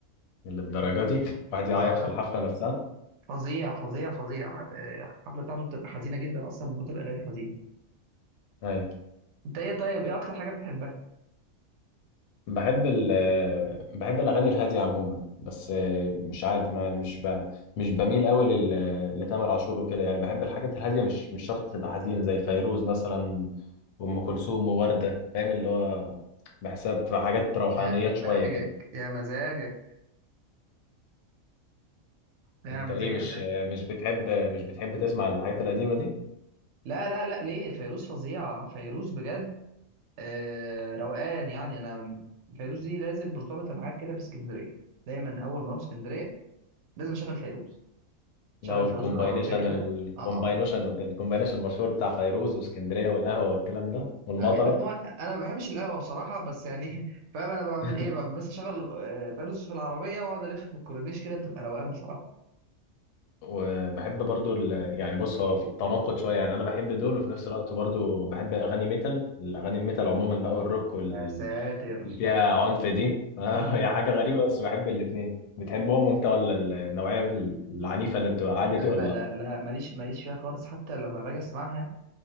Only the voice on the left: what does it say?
للدرجه دي واحد يعيط
في
الحفله نفسها
ايوه
بحب ال آه، بحب الاغاني الهاديه عموما بس آه، مش عارف ما مش ب... مش بميل قوي لل... لتامر عاشور وكده يعني بحب الحاجات الهاديه مش مش شرط تبقى حزينه زي فيروز مثلا وام كلثوم وورده فاهم اللي هو بحسها بتبقى حاجات روحانيات
شويه كده
انت
ايه مش مش بتحب مش بتحب تسمع الحاجات القديمه دي
او
الكومباينيشن
الكومباينيشن
الكومباينيشن المشهور بتاع فيروز واسكندريه والقهوه والكلام ده والمطره
<laughs>
وبحب برضو ال... يعني بص هو في تناقض شويه يعني انا بحب دول وفي نفس الوقت برضو بحب اغاني ميتال الاغاني الميتال عموما بقى والروك وال...
اللي فيها عنف دي <laughs> هي
حاجه غريبه بس بحب الاتنين بتحبهم وانت ولا ال- النوعيه العنيفه اللي بتبقى عاليه
دي ولا
لا